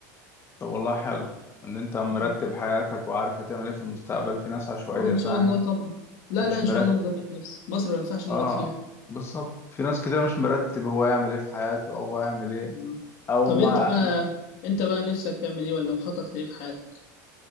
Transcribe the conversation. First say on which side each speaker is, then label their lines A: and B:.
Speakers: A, on the left; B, on the left.
A: طب والله حلو ان انت مرتب
B: مم.
A: حياتك وعارف هتعمل ايه في المستقبل في ناس عشوائية
B: اه ان
A: فاهم
B: شاء الله طبعا لا
A: مش
B: لا ان
A: مرتب
B: شاء الله مظبط نفسي مصر ما ينفعش نقعد
A: اه
B: فيها
A: بالظبط في ناس كده مش مرتب هو يعمل ايه في حياته او هو يعمل ايه
B: مم.
A: او
B: طب
A: ما
B: انت بقى انت بقى نفسك تعمل ايه ولا مخطط لايه في حياتك